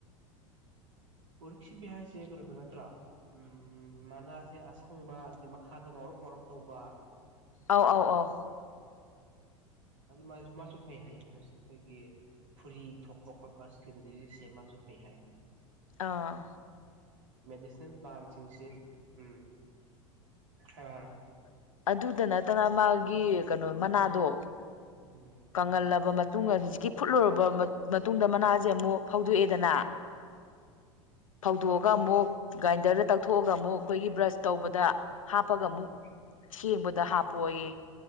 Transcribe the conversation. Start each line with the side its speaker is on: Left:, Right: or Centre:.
Right: ꯎꯔꯤꯛ ꯁꯤꯕꯤ ꯍꯥꯏꯁꯦ ꯀꯩꯅꯣꯗꯣ ꯅꯠꯇ꯭ꯔꯣ ꯎꯝ ꯃꯅꯥꯁꯦ ꯑꯁꯪꯕ ꯑꯗꯤ ꯃꯈꯥꯗ ꯉꯧꯔ ꯋꯥꯣꯛ ꯋꯥꯔꯞ ꯇꯧꯕ
Left: ꯑꯥꯎ ꯑꯥꯎ ꯑꯥꯎ
Right: ꯎ ꯑ ꯃꯥꯁꯨ ꯐꯩ ꯍꯥꯏꯌꯦ ꯀꯩꯅꯣꯁꯦ ꯑꯩꯈꯣꯏꯒꯤ ꯐꯨꯔꯤ ꯊꯣꯛꯄ ꯈꯣꯠꯄ ꯁ꯭ꯀꯤꯦꯟꯗꯔꯤꯁꯦ ꯃꯥꯁꯨ ꯐꯩ ꯍꯥꯏ
Left: ꯑꯥ
Right: ꯃꯦꯗꯤꯁꯤꯅꯦꯜ ꯄ꯭ꯂꯥꯟꯁꯤꯡꯁꯤ ꯎꯝ ꯍꯥꯏꯔꯣ ꯍꯥꯏꯔꯣ
Left: ꯑꯗꯨꯗ ꯅꯠꯇꯅ ꯃꯥꯒꯤ ꯀꯩꯅꯣ ꯃꯅꯥꯗꯣ
Right: ꯎꯝ
Left: ꯀꯪꯒꯜ ꯂ ꯃꯇꯨꯡ ꯍꯧꯖꯤꯛꯀꯤ ꯐꯨꯠꯂꯨꯔꯕ ꯃꯇꯨꯡ ꯃꯇꯨꯡꯗ ꯃꯅꯥꯁꯦ ꯑꯃꯨꯛ ꯐꯧꯗꯣꯛꯑꯦꯗꯅ ꯐꯧꯗꯣꯛꯑꯒ ꯑꯃꯨꯛ ꯒ꯭ꯔꯥꯏꯟꯗꯔꯗ ꯇꯛꯊꯣꯛꯑꯒ ꯑꯃꯨꯛ ꯑꯩꯈꯣꯏꯒꯤ ꯕ꯭ꯔꯁ ꯇꯧꯕꯗ ꯍꯥꯞꯄꯒ
Right: ꯎꯝ
Left: ꯑꯃꯨꯛ ꯁꯦꯡꯕꯗ ꯍꯥꯞꯄꯌꯦ